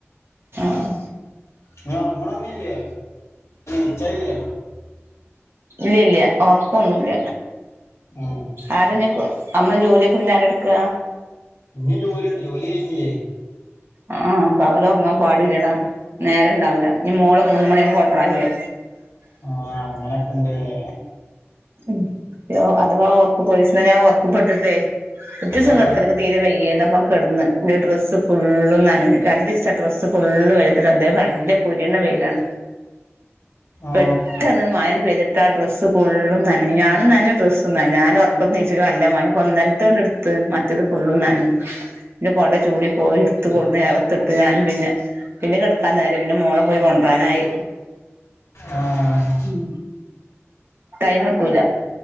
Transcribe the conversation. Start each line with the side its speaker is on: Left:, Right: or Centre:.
Right: ആഹ്
Left: ഇങ്ങൾ ഉറങ്ങണൊന്നില്ലേ ഉച്ചായീലെ
Right: ഇല്ല ഇല്ല ഒർക്കൊന്നുല്ല
Left: ഉം
Right: ആര ഇഞ്ഞ് നമ്മളെ ജോലിയൊക്കെ പിന്നാര എടുക്ക
Left: ഇഞ് ജോലി ഉണ്ടോ ജോലി കഴിഞ്ഞില്ലേ
Right: ആഹ് പകല് ഉറങ്ങാൻ പാടില്ലടാ നേരം ഉണ്ടാവൂല ഇനി മോളെ മൂന്ന് മണി ആവുമ്പോ കൊണ്ട്രാരാൻ ഇല്ലേ
Left: ആഹ് അങ്ങനെയൊക്കെ ഇണ്ടല്ലേ
Right: ഉം അഥവാ ഒർങ്ങി പോയി ഒരീസം ഞാൻ ഒർക്ക്പ്പെട്ടിട്ടേ കൊർച്ചീസം
Left: ആ
Right: <unintelligible> എനിക്ക് തീരെ വെയ്യായിരുന്നു അപ്പൊ കിടന്ന് എന്റെ ഡ്രസ്സ് ഫുള്ളും നനഞ്ഞു രണ്ട് ദിവസത്തെ ഡ്രസ് ഫുള്ള് വെയ്ലത്തിട്ട് <unintelligible> നല്ല പൊരിണ വെയിലാണ്
Left: ആ
Right: പെട്ടന്ന് മയാണ്ട് പെയ്തിട്ട് ആ ഡ്രസ്സ് ഫുള്ള നനഞ്ഞു ഞാനും നനഞ്ഞു ഡ്രെസ്സും നനഞ്ഞു ഞാൻ ഉറക്കത്ത്ന്നീച്ചപ്പൊ നല്ല മഴ അപ്പൊ ഇന്നലത്ത് ഇടുത്ത് മറ്റത് ഫുള്ളും നനഞ്ഞ് എന്റെ കുട ചൂടി പോയി എടുത്ത് കൊടന്ന് ഇറയത്തിട്ട് ഞാനും പിന്നെ പിന്നെ കിടക്കാൻ നേരല്ല പിന്നെ മോളെ പോയി കൊണ്ടരാനായി
Left: ആഹ്
Right: ഉം ടൈമ് കിട്ടൂല